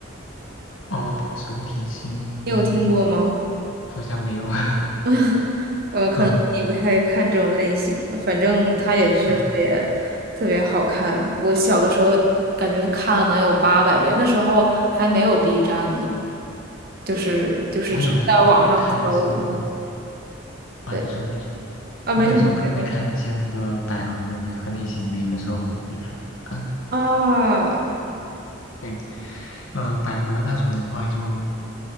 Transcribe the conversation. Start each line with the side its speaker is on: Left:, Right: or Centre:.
Left: 哦，守护甜心
Right: <laughs> 你有听过吗？
Left: 好像没有。<laughs>
Right: <laughs> 呃，可能你不太看这种类型的，
Left: 嗯
Right: 反正它也是特别特别好看。
Left: 嗯，
Right: 我小的时候感觉看了能有八百遍，那时候还没有 B 站呢，就是就是只在网上搜。
Left: 我有的时候会看一些，嗯。啊，
Right: 对，
Left: 你说你说，
Right: 啊，没事，
Left: 我有的时候可能会看一些那个百合百合类型的，
Right: 你别说
Left: 有的时候可能会看。<clears throat> 啊。
Right: 啊。
Left: 对，呃，百合那种的话就，